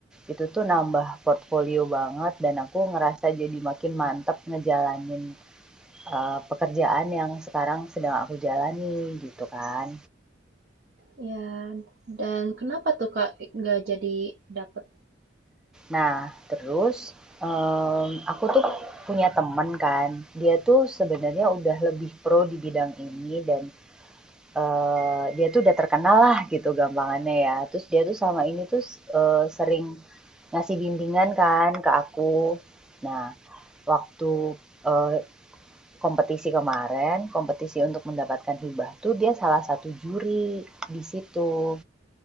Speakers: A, in the centre; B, on the right.
A: itu tuh nambah portfolio banget dan aku ngerasa jadi makin mantep ngejalanin, eee, pekerjaan yang sekarang sedang aku jalani gitu kan.
B: ya, dan kenapa tuh Kak nggak jadi dapet?
A: Nah terus, mmm, aku tuh punya temen kan, dia tuh sebenarnya udah lebih pro di bidang ini dan eee, dia tuh udah terkenal lah gitu gampangannya ya. Terus dia tuh selama ini tuh, s sering ngasih bimbingan kan ke aku. Nah, waktu, eee, kompetisi kemarin, kompetisi untuk mendapatkan hibah tuh dia salah satu juri di situ.